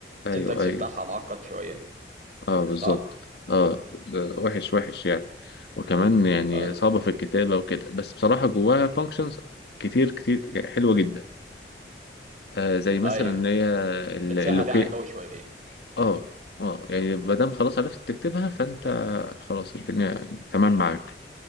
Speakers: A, on the left; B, on the right.
A: أيوه
B: السنتكس
A: أيوه
B: بتاعها معقد شويه
A: أه بالظبط
B: صح؟
A: أه وحش وحش يعني وكمان يعني
B: ايوه
A: صعبة في الكتابة وكده بس بصراحة جواها فانكشنز كتير كتير يعني حلوة جدا آه زي مثلا
B: ايوه
A: إن هي ال-
B: بتسهل
A: اللوكي
B: يعني الجو شويه
A: أه أه يعني ما دام خلاص عرفت تكتبها فأنت خلاص الدنيا تمام معاك